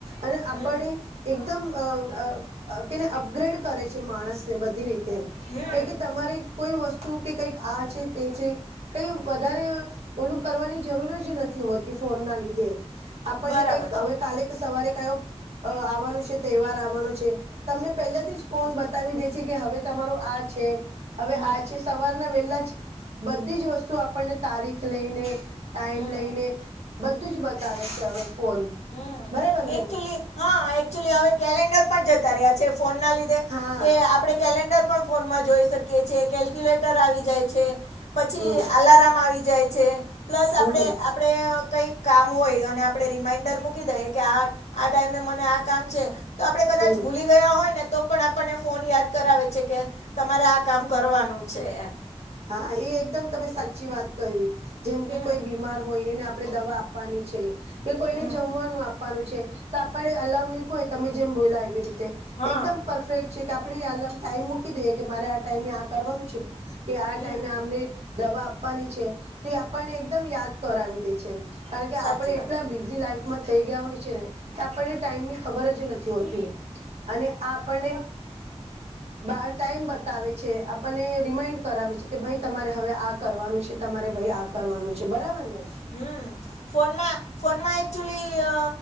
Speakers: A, on the right; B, on the left.
A: અને આપણે
B: હમ
A: એકદમ અ અ કેને અપગ્રેડ કરે છે માણસને બધી રીતે
B: હમ
A: કે કે તમારી કોઈ વસ્તુ કે કઈક આ છે તે છે કઈ વધારે ઓલું કરવાની જરૂર જ નથી હોતી ફોન ના લીધે આપણને
B: બરાબર
A: કઈક
B: છે
A: હવે કાલે સવારે કયો આવવાનું છે તહેવાર આવાનું છે તમને પહેલાથી જ બતાવી દે છે કે હવે તમારું આ છે હવે
B: હમ
A: આ સવારના વહેલા બધી જ વસ્તુ આપણને તારીખ લઈને ટાઈમ
B: હમ
A: લઈને બધું જ બતાવે છે હવે ફોન
B: હમ
A: બરાબર ને
B: એકચુલી હા એકચુલી હવે કેલેન્ડર પણ જતા રહ્યા એ ફોન ના લીધે
A: હા
B: કે આપડે કેલેન્ડર પણ ફોનમાં જોઈ શકીએ છીએ કેલ્ક્યુલેટર આવી જાય
A: હમ
B: અલાર રામ આવી જાય છે પ્લસ
A: હમ
B: આપડે આપડે કઈ કામ હોય અને આપ રિમાન્ડર મૂકી દઈએ કે આ આ ટાઈમે મને આ કામ છે તો આપણે કદાચ
A: હમ
B: ભૂલી ગયા હોય ને તો પણ આપણને ફોન યાદ કરાવે છે કે તમારે આ કામ કરવાનું છે એમ
A: હા એ એકદમ તમે સાચી વાત કરી જેમ કે
B: હમ
A: કોઈ બીમાર હોય એને આપ આપણે દવા આપવાની છે કે કોઈને
B: હમ
A: જમવાનું આપ વનું છે તો આપણે અલામ મુયકો હોય તમે જેમ બોયલા એવી રીતે
B: હા
A: એકદમ પરફેક્ટ છે કે આપણેે હાલ ટાઈમ મૂકી દઈએ કે મારે આ ટાઈમે આ કરવાનું છે કે આ
B: હમ
A: ટાઈમે આમને દવા આપવાની છે તે આપણને એકદમ યાદ કરાવી દે છે કારણ કે
B: સાચી
A: આપણે
B: વાત
A: એટલા
B: છે
A: બિઝી લાઈફમાં થઈ ગયા હોય છે ને કે આપણને ટાઈમ ની ખબર જ નથી હોતી અને આપણને બા ટાઈમ બતાવે છે આપણને રિમાઈન્ડ કરાવે છે કે ભાઈ તમારે હવે આ કરવાનું છે તમારે ભાઈ આ કરવાનું છે બરાબર ને
B: હમ ફોનમાં ફોનમાં એકચુલી અ